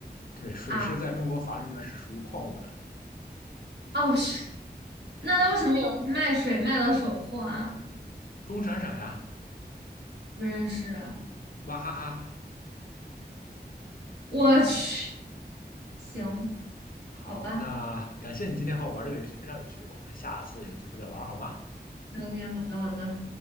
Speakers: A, on the left; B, on the right.
A: 对，水是在中国法律里面是属于矿物的，
B: 啊哦是，
A: 是这样的。
B: 那那为什么有人卖水卖到首付啊？
A: 钟闪闪呀，
B: 不认识啊，
A: 娃哈哈，
B: 我去，行，
A: 好，
B: 好吧
A: 那感谢你今天和我玩这个游戏，非常有趣，我们下次有机会再玩好吗？
B: ，OK，好的好的。